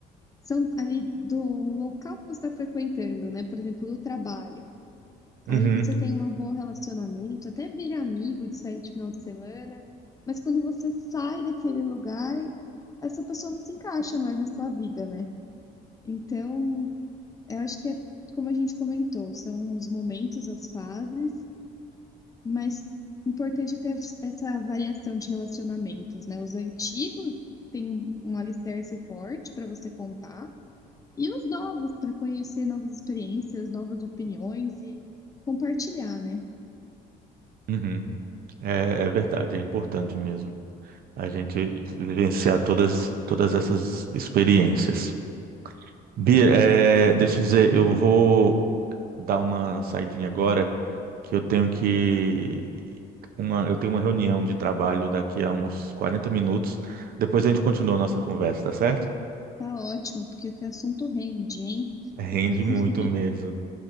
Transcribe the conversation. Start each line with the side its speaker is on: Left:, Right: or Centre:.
Left: são ali do local que você está frequentando, né? Por exemplo, do trabalho.
Right: Uhum,
Left: Aí você tem um bom relacionamento, até vira amigo de sair de final de semana, mas quando você sai daquele lugar, essa pessoa não se encaixa mais na sua vida, né? Então, Eu acho que é como a gente comentou, são os momentos, as fases, mas o importante é ter essa variação de relacionamentos, né? Os antigos, que tem um alicerce forte para você contar, e os novos, para conhecer novas experiências, novas opiniões e compartilhar, né?
Right: uhum. É, é verdade, é importante mesmo a gente vivenciar todas, todas essas experiências. Bia, é, deixa eu dizer, eu vou dar uma saidinha agora, que eu tenho que uma, eu tenho uma reunião de trabalho daqui a uns 40 minutos. Depois a gente continua a nossa conversa, tá certo?
Left: Tá ótimo, porque esse assunto rende, hein?
Right: Rende
Left: Depois, <laughs>
Right: muito mesmo.